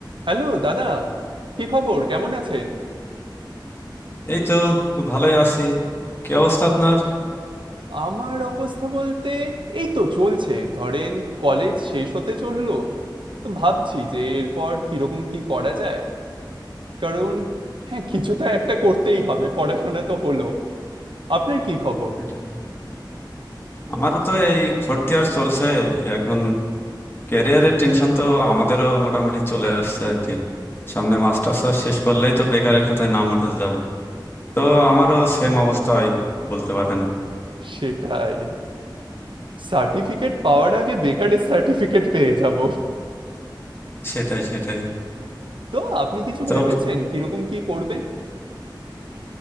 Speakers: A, on the right; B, on the left.
A: Hello দাদা কি খবর কেমন আছেন
B: এই তো ভালোই আছি কি অবস্থা আপনার
A: আমার অবস্থা বলতে এই তো চলছে ধরেন কলেজ শেষ হতে চললো তো ভাবছি যে এরপর কিরকম কি করা যায় কারণ হ্যাঁ কিছু তো একটা করতেই হবে পড়াশোনা তো হলো আপনার কি খবর
B: সেটাই। আমারও তো এই ফোর্থ ইয়ার চলছে এখন ক্যারিয়ারের টেনশন তো আমাদেরও মোটামুটি চলে আসছে আর কি সামনে মাস্টার্স শেষ করলেই তো বেকারের খাতায় নাম উঠে যাবে তো আমারও সেম অবস্থা হয় বলতে পারেন
A: সেটাই সার্টিফিকেট পাওয়ার আগে বেকারের সার্টিফিকেট পেয়ে যাব
B: সেটাই সেটাই
A: তো আপনি কিছু
B: তো
A: ভেবেছেন কিরকম কি করবেন